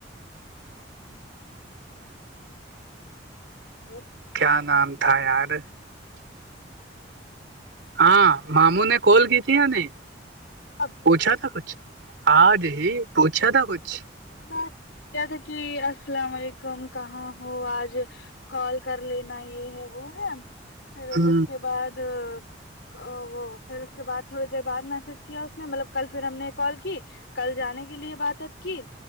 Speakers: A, on the left; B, on the right.
A: ہاں ہلو
B: کیا نام تھا یار ہاں ماموں نے کال کی تھی نہیں
A: اب
B: پوچھا تھا کچھ ہ جی پوچھا تھا کچھ
A: ایسا کیا تھا کہ السلام علیکم کہاں ہو آج کال کر لینا یہ ہے وہ ہے پھر اس
B: ہ
A: کے بعد ا وہ پھر اس کے بعد تھوڑی دیر بعد میسج کیا اس نے مطلب کل پھر ہم نے کال کی کل جانے کے لیے بات ا کی